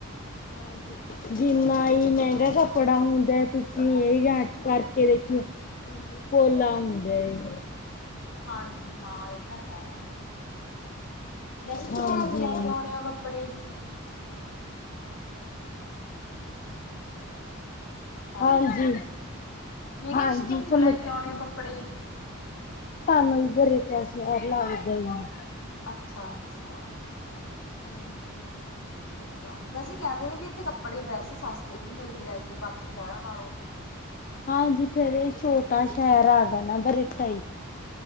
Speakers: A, on the left (about 40°); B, on the left (about 65°).
A: ਹਾਂਜੀ। ਜਿੰਨਾ ਹੀ ਮਹਿੰਗਾ ਕੱਪੜਾ ਹੁੰਦਾ ਤੁਸੀਂ ਇਹੀ ਜਾਂਚ ਕਰਕੇ ਦੇਖੀਓ। ਪੋਲਾ ਹੁੰਦਾ ਏ।
B: ਹਾਂਜੀ ਹਾਂ, ਇਹ ਤਾਂ ਹੈ। ਵੈਸੇ ਤੁਸੀਂ
A: ਹਾਂਜੀ
B: ਕਿੱਥੋਂ ਲੈ ਕੇ ਆਉਣੇ ਔ ਕੱਪੜੇ ਹੈਲੋ
A: ਹਾਂਜੀ।
B: ਮੈਂ
A: ਹਾਂਜੀ
B: ਕਿਹਾ ਤੁਸੀਂ ਕਿੱਥੋਂ
A: ਕਮ
B: ਲੈ ਕੇ ਆਉਣੇ ਔ ਕੱਪੜੇ,
A: ਸਾਨੂੰ ਵੀ ਬਰੈਡਾ ਸਵਾਦ ਲਗਦਾ ਜੀ।
B: ਅੱਛਾ -ਅੱਛਾ।
A: ਹਾਂਜੀ।
B: ਠੀਕ ਆ ਵੈਸੇ ਕਹਿੰਦੇ ਨੇ ਵੀ ਇੱਥੇ ਕੱਪੜੇ ਵੈਸੇ ਸਸਤੇ ਵੀ ਮਿਲਦੇ ਆਗੇ ਬਾਕੀ ਸ਼ਹਿਰਾਂ ਨਾਲੋਂ।
A: ਹਾਂਜੀ ਫਿਰ ਇਹ ਛੋਟਾ ਸ਼ਹਿਰ ਹੈਗਾ ਨਾ ਬਰੇਟਾ ਜੀ।